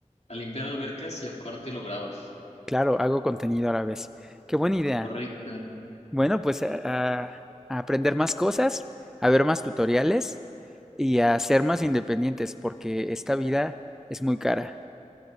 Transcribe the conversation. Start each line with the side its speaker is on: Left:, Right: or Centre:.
Left: a limpiar albercas y aparte lo grabas.
Centre: Claro, hago contenido a la vez. Qué buena idea.
Left: Correcto.
Centre: Bueno, pues a, a- a aprender más cosas, a ver más tutoriales y a ser más independientes, porque esta vida es muy cara.